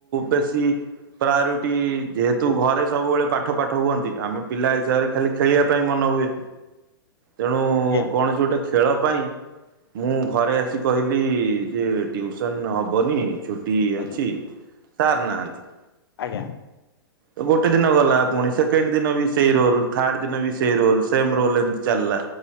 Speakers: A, on the right; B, on the left.
A: ବେଶୀ ପ୍ରାୟୋରିଟି ଯେହେତୁ ଘରେ ସବୁବେଳେ ପାଠ ପାଠ ହୁଅନ୍ତି ଆମେ ପିଲା ହିସାବରେ ଖାଲି ଖେଳିବା ପାଇଁ ମନ ହୁଏ। ତେଣୁ
B: ଆଜ୍ଞା
A: କୌଣସି ଗୋଟେ ଖେଳ ପାଇଁ ମୁଁ ଘରେ ଆସି କହିଲି ଯେ ଟିଉସନ ହବନି ଛୁ ଇ
B: ଆଜ୍ଞା
A: ଅଛି ସାର ନାହାନ୍ତି।
B: ଆଜ୍ଞା।
A: ତ ଗୋଟେ ଦିନ ଗଲା ପୁଣି ସେକେଣ୍ଡ ଦିନ ବି ସେଇ ରୋଲ ଥାର୍ଡ ଦିନ ବି ସେଇ ରୋଲ। ସେମ ରୋଲ ଏମିତି ଚାଲିଲା